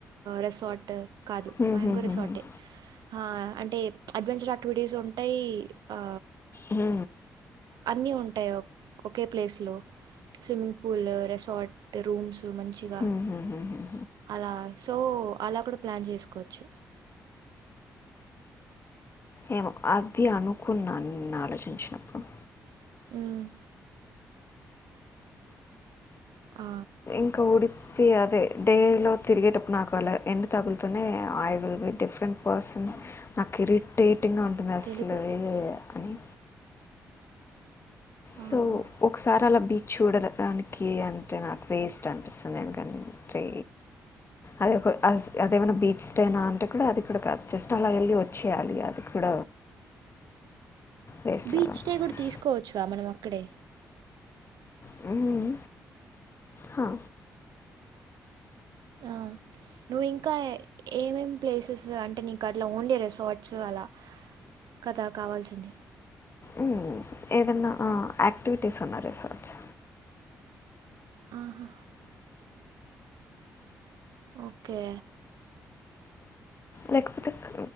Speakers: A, on the right (about 65°); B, on the left (about 35°).
A: రెసార్ట్ కాదు
B: హ్మ్
A: మ్యాంగో
B: హ్మ్ హ్మ్
A: రెసార్టే
B: హ్మ్.
A: ఆ అంటే అడ్వెంచర్ యాక్టివిటీస్ ఉంటయ్ ఆ
B: ఉహు
A: అన్నీ ఉంటాయి ఒక్-ఒకే ప్లేస్లో స్విమ్మింగ్ పూల్ రెసార్ట్ రూమ్స్ దు మంచిగా
B: హ్మ్ హ్మ్ హ్మ్ హ్మ్.
A: అలా సో అలా కూడా ప్లాన్ చేసుకోచ్చు
B: ఏమొ అది అనుకున్నాన్ నెను ఆలోచించినప్పుడు
A: ఉమ్ ఆ,
B: ఇంక ఊడిపి అదే డే లో తిరిగేటప్పుడు నాకు అలా ఎండ తగుల్తనే I will be different person నాకు ఇరిట్టెటింగ్గా ఉంటుంది అసలు
A: తెలుగు
B: ఇవె అని సో
A: ఆహా.
B: ఒకసారి అలా బీచ్ చూడర డానికి అంటే నాకు వేస్ట్ అనిపిస్తుంది ఎందుకన్ టే అదె ఒక అదేమైన బీచ్ స్టే నా అంటే కూడా అది కూడా కాదు జస్ట్ అలా వెళ్ళి వచ్చేయాలి అది కూడ వేస్ట్‌లాగా
A: బీచ్
B: అనిపిస్తుంది.
A: డే కూడా తీసుకోవచ్చుగా మనం అక్కడే
B: హ్మ్ హ
A: ఆ నువ్వు ఇంకా ఏమేం ప్లేసెస్ అంటే నీకు అట్ల ఓన్లీ రెసార్ట్స్ అలా కథ కావాల్సింది
B: మ్ ఏదన్నా ఆ యాక్టివిటీస్ ఉన్న రిసార్ట్స్
A: ఆహా, ఓకే
B: లేకపోతే క్